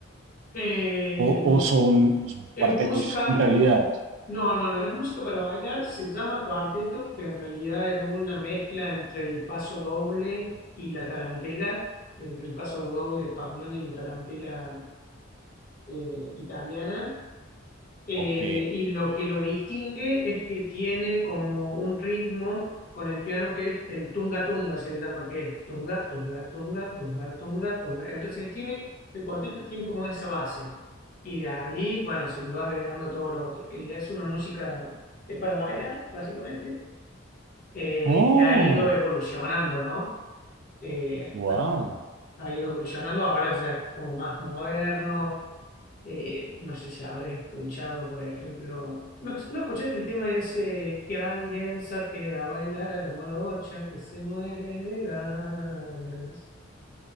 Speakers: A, on the left; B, on the right.
A: Eh,
B: o, o son, o son
A: Es
B: cuartetos
A: música,
B: en realidad,
A: es mus- no, no, no, es música para bailar, se llama cuarteto, que en realidad es una mezcla entre el paso doble y la tarantela, entre el paso doble español y la tarantela eh, italiana, eh,
B: ¿ok?
A: y lo que lo distingue es que tiene como un ritmo con el piano que es el tunga tunga, se le llama que es tunga, tunga, tunga, tunga, tunga, tunga. Entonces tiene, el cuarteto tiene como esa base y de ahí, bueno, se le va agregando todo lo otro. Y es una música, es para bailar, básicamente, eh,
B: Oh,
A: y ha ido evolucionando, ¿no? Eh,
B: wow.
A: ha, ha ido evolucionando, ahora es como más moderno eh, no sé si habrás escuchado, por ejemplo, ¿no, no escuchaste el tema ese que alguien saque a bailar a la morocha que se muere de ganas?